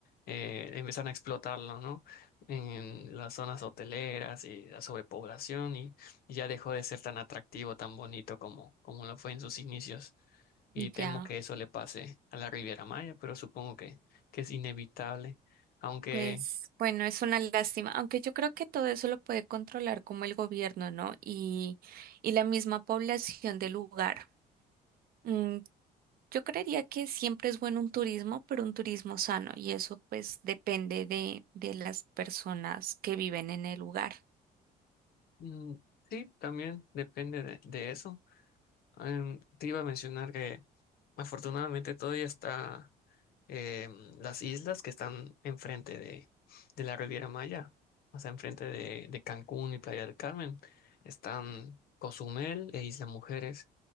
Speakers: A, on the left (about 65°); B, on the right (about 60°).
A: eh, empezaron a explotarlo, ¿no? En las zonas hoteleras y la sobrepoblación y, y ya dejó de ser tan atractivo, tan bonito como, como lo fue en sus inicios. Y temo
B: Ya.
A: que eso le pase a la Riviera Maya, pero supongo que, que es inevitable. Aunque...
B: Pues bueno, es una lástima, aunque yo creo que todo eso lo puede controlar como el gobierno, ¿no? Y, y la misma población del lugar. Mm, yo creería que siempre es bueno un turismo, pero un turismo sano, y eso pues depende de, de las personas que viven en el lugar.
A: Mm, Sí, también depende de, de eso. Em, te iba a mencionar que afortunadamente todavía está em, las islas que están enfrente de, de la Riviera Maya, o sea, enfrente de, de Cancún y Playa del Carmen. Están Cozumel e Isla Mujeres.